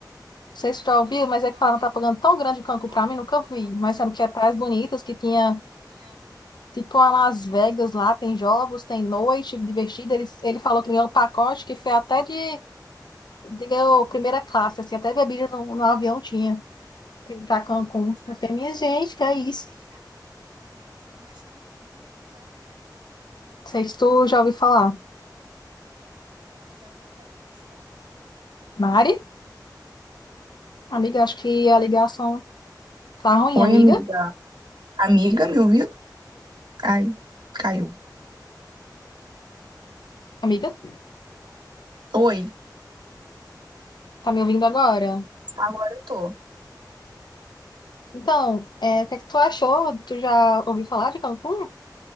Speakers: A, on the left; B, on the right.
A: sei se tu
B: Acho
A: já ouviu,
B: muito sei
A: mas
B: já
A: é que falaram
B: ouviu,
A: propaganda
B: mas é que
A: tão
B: falam
A: grande
B: que tá pagando
A: de Cancún
B: tão
A: para
B: grande
A: mim, nunca
B: Cancún
A: vi.
B: pra
A: Mas
B: mim, nunca
A: sabe que
B: vi.
A: é praias
B: Mas
A: bonitas,
B: sabe que é praias
A: que tinha
B: bonitas que tinha
A: Tipo a Las Vegas lá, tem jogos, tem noite divertida. Ele, ele falou que ganhou um pacote que foi até de, de ganhou primeira classe, assim, até bebida no, no avião tinha pra
B: pra
A: Cancún.
B: Gente, Tá,
A: Eu falei,
B: Cancún.
A: minha gente,
B: Porque
A: que
B: minha
A: é isso?
B: gente, cara. nossa, mas Cancún é um lugar paradisíaco, né?
A: Não sei se tu já ouviu falar.
B: Já ouvi falar, já vi até algumas fotos.
A: Mari?
B: É lindo.
A: Amiga, acho que a ligação tá ruim,
B: Oi,
A: amiga.
B: amiga. Amiga, me ouviu? Ai, caiu.
A: Amiga,
B: Oi.
A: tá me ouvindo agora?
B: Agora eu tô.
A: Então, é, o que é que tu achou? Tu já ouviu falar de Cancún?